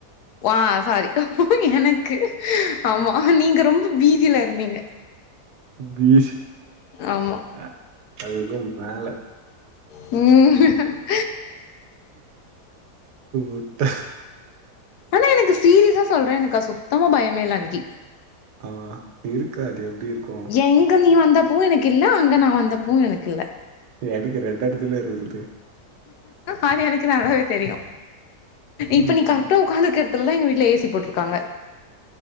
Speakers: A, on the left; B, on the right.
A: வா சாரி எனக்கு ஆமா நீங்க ரொம்ப பீதில இருந்தீங்க
B: பீதி
A: ஆமா
B: அ அதுக்கும் மேல
A: ம்
B: உட்ட
A: ஆனா எனக்கு சீரியஸா சொல்றே எனக்கு அது சுத்தமா பயமே இல்ல அன்னைக்கு
B: ஆ இருக்காது எப்டி இருக்கு
A: எங்க நீ வந்தப்பவு எனக்கு இல்ல அங்க நா வந்தப்பவு எனக்கு இல்ல
B: எதுக்கு ரெண்டு எடத்துலையு இருந்துக்கிட்டு
A: அது எனக்கு நல்லாவே தெரியு இப்ப
B: ம்
A: நீ கரெக்டா உக்காந்துருக்க எடத் துலெல்லா எங்க வீட்ல ஏ சி போட்ருக்காங்க